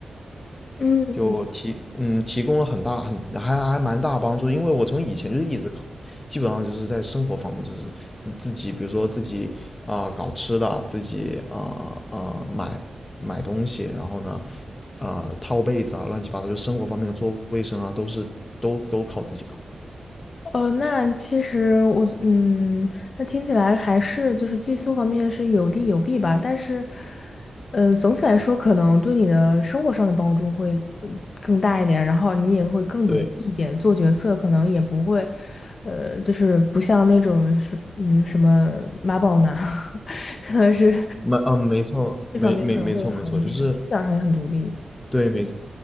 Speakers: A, on the left (about 55°); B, on the left (about 20°).
A: 嗯，
B: 就提嗯提供了很大很还还蛮大帮助，因为我从以前就是一直基本上就是在生活方面就是自自己比如说自己啊、呃搞吃的，自己啊啊、呃呃买买东西，然后呢啊套被子啊乱七八糟，就生活方面的做卫生啊都是都都靠自己搞。
A: 呃，那其实我，嗯，那听起来还是就是寄宿方面是有利有弊吧，但是，呃，总体来说可能对你的生活上的帮助会嗯更大一点，然后你也会更独立一点，
B: 对，
A: 做决策可能也不会，呃，就是不像那种是嗯什么妈宝男，<laughs> 可能是
B: 没嗯没错没没没错没错，
A: 这方面可能会好一点，
B: 就是
A: 思想上也很独立。
B: 对没